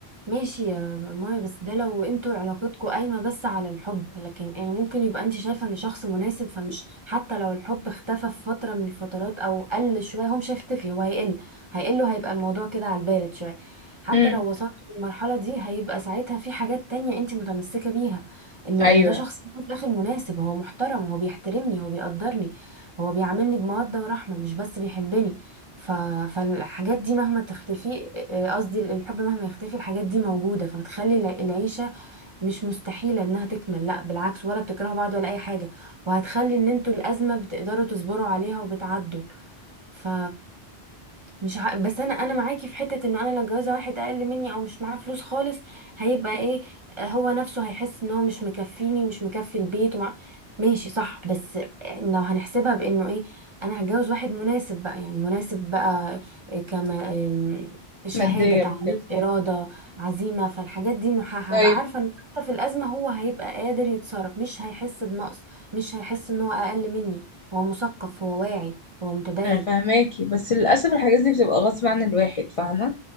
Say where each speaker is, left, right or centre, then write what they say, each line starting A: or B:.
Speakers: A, on the right; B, on the left.
A: ماشي يا مايا بس ده لو انتوا علاقتكم قايمة بس على الحب لكن يعني ممكن يبقى انت شايفة ان شخص مناسب فمش حتى لو الحب اختفى في فترة من الفترات او قل شوية هو مش هيختفي هو هيقل هيقل وهيبقى الموضوع كده على البارد شوية حتى
B: امم
A: لو وصلت للمرحلة دي هيبقى ساعتها في حاجات تانية انت متمسكة بيها انه
B: ايوه
A: انه ده شخص في الاخر مناسب هو محترم هو بيحترمني هو بيقدرني هو بيعاملني بمودة ورحمة مش بس بيحبني ف... فالحاجات دي مهما تختفي آه، قصدي الحب مهما يختفي الحاجات دي موجودة فبتخلي الع- العيشة مش مستحيلة انها تكمل لا بالعكس ولا بتكرهوا بعض ولا اي حاجة وهتخلي ان انتوا الأزمة بتقدروا تصبروا عليها وبتعدوا ف مش ع... بس انا انا معاكي في حته انه انا لو جوازه واحد اقل مني او مش معاه فلوس خالص هيبقى ايه آه، هو نفسه هيحس ان هو مش مكفيني ومش مكفي البيت ومع... ماشي صح بس لو هنحسبها بانه ايه انا هتجوز واحد مناسب بقى يعني مناسب بقى إيه كما آم، شهاده
B: ماديا
A: تعليم
B: وكده
A: اراده عزيمه فالحاجات دي انه ه- هبقى
B: طيب
A: عارفه ان حتى في الازمه هو هيبقى قادر يتصرف مش هيحس بنقص مش هيحس ان هو اقل مني هو مثقف هو واعي هو متدين
B: انا فاهماكي بس للاسف الحاجات دي بتبقى غصب عن الواحد فاهمه